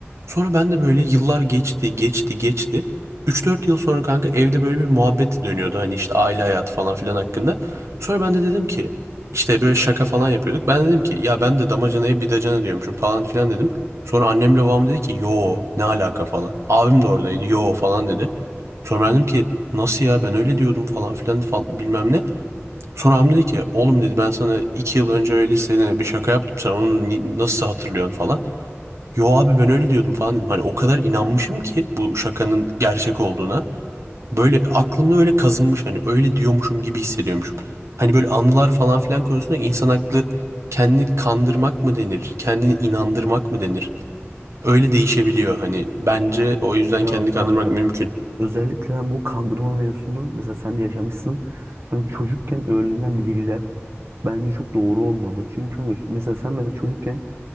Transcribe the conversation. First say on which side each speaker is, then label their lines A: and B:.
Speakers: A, on the right; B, on the right.
A: Sonra ben de böyle yıllar geçti geçti geçti. Üç dört yıl sonra kanka evde böyle bir muhabbet dönüyordu hani işte aile hayatı falan filan hakkında. Sonra ben de dedim ki işte böyle şaka falan yapıyorduk. Ben dedim ki ya ben de damacanaya bidacana diyormuşum falan filan dedim. Sonra annemle babam dedi ki yo ne alaka falan. Abim de oradaydı yo falan dedi. Sonra ben dedim ki nasıl ya ben öyle diyordum falan filan fal- bilmem ne. Sonra Hamdi dedi ki oğlum dedi ben sana iki yıl önce öyle sene bir şaka yaptım sen onu ni- nasıl hatırlıyorsun falan. Yo abi ben öyle diyordum falan dedim. Hani o kadar inanmışım ki bu şakanın gerçek olduğuna. Böyle aklımda öyle kazınmış hani öyle diyormuşum gibi hissediyormuşum. Hani böyle anılar falan filan konusunda insan aklı kendini kandırmak mı denir? Kendini inandırmak mı denir? Öyle değişebiliyor hani. Bence o yüzden
B: Ya
A: kendini kandırmak
B: kanka
A: mümkün.
B: özellikle ben bu kandırma mevzusunu mesela sen de yaşamışsın. Ben çocukken öğrenilen bilgiler bence çok doğru olmadı. Çünkü kanka mesela sen mesela çocukken